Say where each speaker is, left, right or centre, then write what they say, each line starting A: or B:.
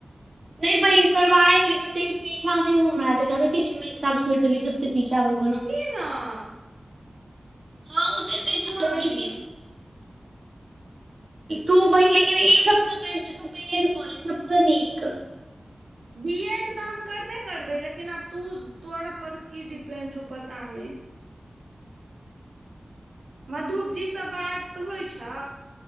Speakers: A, on the right (about 50°); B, on the right (about 85°).
A: नहि बहिन करबा एलै छुट्टीके पीछा नहि हो हमरा किछ एक साल छोड़ि देली। पीछा भो गनो
B: न
A: हँ तऽ एबे
B: कुआ
A: करबै
B: भी
A: लेकिन तू बहिन लेकिन ई सबसँ बेस्ट छै बी एड कॉलेज सबस नीक
B: बी एड तऽ हम करबे करबै लेकिन आब त तोरा पर की डिपेंड छौ पता नहि मधुप जी सब बाढ़ तऽ होइ छौ